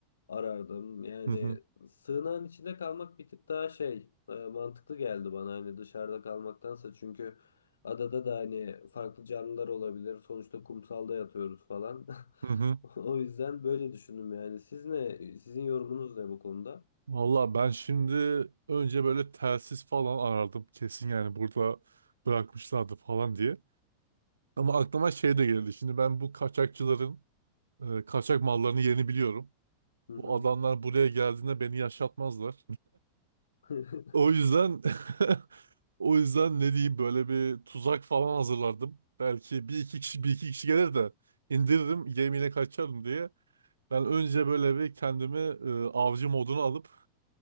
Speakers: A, on the left (about 70°); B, on the right (about 75°).
A: arardım. Yani
B: Hı hı.
A: sığınağın içinde kalmak bir tık daha şey e, mantıklı geldi bana hani dışarıda kalmaktansa çünkü adada da hani farklı canlılar olabilir. Sonuçta kumsalda yatıyoruz falan. <laughs>
B: Hı hı.
A: O yüzden böyle düşündüm yani. Siz ne? Sizin yorumunuz ne bu konuda?
B: Valla ben şimdi önce böyle telsiz falan arardım. Kesin yani burada bırakmışlardı falan diye. Ama aklıma şey de geldi. Şimdi ben bu kaçakçıların e, kaçak mallarını yerini biliyorum.
A: Hı hı.
B: Bu adamlar buraya geldiğinde beni yaşatmazlar.
A: <laughs>
B: O yüzden <laughs> o yüzden ne diyeyim böyle bir tuzak falan hazırlardım. Belki bir iki kişi bir iki kişi gelir de indiririm gemiyle kaçarım diye. Ben önce böyle bir kendimi e, avcı moduna alıp